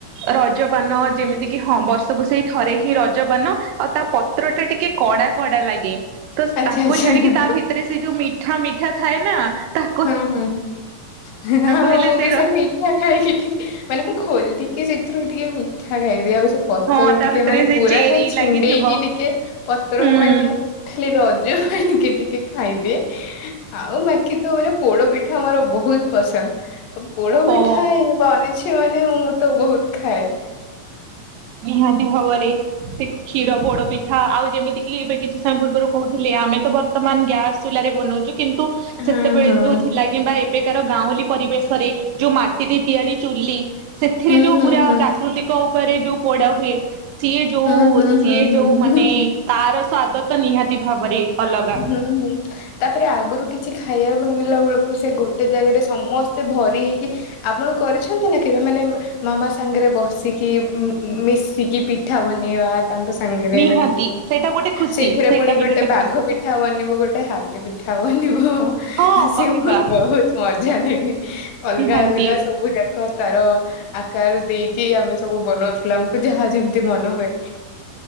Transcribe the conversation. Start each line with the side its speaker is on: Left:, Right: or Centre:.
Right: ରଜପାନ ଯେମିତି କିି ହଁ ବର୍ଷକୁ ସେଇ ଥରେ ହିଁ ରଜପାନ ଆଉ ତାପ ପତ୍ର ଟା ଟିକେ କଡା କଡା ଲାଗେ ତ
Left: ଆଚ୍ଛା
Right: ତାକୁ
Left: ଆଚ୍ଛା।
Right: ଛାଡିକି ତା ଭିତରେ ସେ ଯୋଉ ମି ମିଠା ମିଠା ଥାଏ ନା ତା
Left: ହଁ ହଁ <unintelligible>
Right: କହିଲେ
Left: ମୁଁ
Right: ସେଇ
Left: ବି ସେ ମିଠା ଖାଇକି। ମାନେ ମୁଁ ଖୋଲି ଦେଇକି ସେଥିରୁ ଟିକେ ମିଠା ଖାଇଦିଏ ଆଉ ସେ ପତ୍ର
Right: ହଁ ତା
Left: ଟିକେ
Right: ଭିତରେ
Left: ମାନେ
Right: ସେଇ
Left: ପୁରା
Right: ଚେରି
Left: ନାଇ ଛିଣ୍ଡେଇକି
Right: ଲାଗିଥିବ
Left: ଟିକେ ପତ୍ର
Right: ହୁଁ।
Left: ମାନେ। ଖାଲି ରଜ ପାଇଁକି ଟିକେ ଖାଇବେ ଆଉ ବାକି। ତ ମାନେ ପୋଡପିଠା ଆମର ବହୁତ ପସନ୍ଦ ପୋଡ ପିଠା
Right: ଓ
Left: ହେଇ ବ। <unintelligible> ଅଛି ମାନେ ମୁଁ ତ ବହୁତ ଖାଏ।
Right: ନିହାତି ଭାବରେ ସେ କ୍ଷୀରପୋଡ ପି ହଁ ଆଉ ଯେମିତିକିି ଏବେ କିଛି ସମୟ ପୂର୍ବରୁ କହୁଥିଲେ ଆମେ ତ ବର୍ତ୍ତମାନ ଗ୍ୟାସ ଚୁଲାରେ ବନଉଚୁ। କିନ୍ତୁ
Left: ହଁ
Right: ସେତେବେଳେ
Left: ହଁ।
Right: ଯୋଉ ଥିଲା କିମ୍ବା ଏବେକାର ଗାଉଁଲି ପରିବେଶରେ ଯୋଉ ମାଟିରେ ତିଆରି ଚୁଲି ସେଥିରେ
Left: ହୁଁ
Right: ଯୋଉ
Left: ହୁଁ
Right: ପୁରା
Left: ହୁଁ
Right: ପ୍ରାକୃତିକ ଉପରେ ଯୋଉ ପୋଡା ହୁଏ ସିଏ ଯୋଉ
Left: ହୁଁ ହୁଁ
Right: ସିଏ
Left: ହୁଁ ହୁଁ
Right: ଯୋଉ
Left: ହୁଁ।
Right: ମାନେ ତାର ସ୍ଵାଦ ତ ନିହାତି ଭାବରେ ଅଲଗା
Left: ହୁଁ ହୁଁ। ତାପରେ ଆଗରୁ କିଛି ଖାଇବା ବନେଇଲା ବେଳକୁ ସେ ଗୋଟେ ଜାଗାରେ ସମସ୍ତେ ଭରି ହେଇକି ଆପଣ କରିଛନ୍ତି ନା କେବେ ମାନେ ମାମା ସାଙ୍ଗରେ ବସିକି ମିଶିକି ପି ପିଠା ବନେଇବା ତାଙ୍କ ସାଙ୍ଗରେ
Right: ନିହାତି ସେଇଟା ଗୋଟେ ଖୁସି
Left: ସେଇଥିରେ
Right: ସେଇଟା
Left: ପୁଣି
Right: ବି
Left: ଗୋଟେ ବାଘ
Right: ଖୁସି
Left: ପିଠା ଠା ବନିବ ଗୋଟେ ହାତୀ ପିଠା ବନିବ।
Right: ହଁ
Left: ସେ
Right: କହିବା
Left: ବହୁତ ମଜା ଲାଗେ ଅଲଗା
Right: ନିହାତି
Left: ଅଲଗା ସବୁ ଯାକ ତାର ଆକାର ଦେଇକି ଆମେ ସବୁ ବନଉଥିଲୁ ଆମକୁ ଯାହା ଯେମିତି ମନ ହୁଏ।